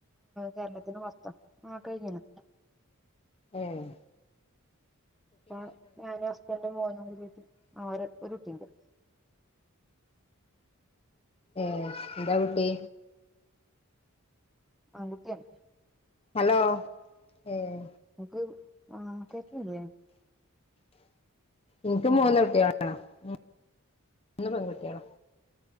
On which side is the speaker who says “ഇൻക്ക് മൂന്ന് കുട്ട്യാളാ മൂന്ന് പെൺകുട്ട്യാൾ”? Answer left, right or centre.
Left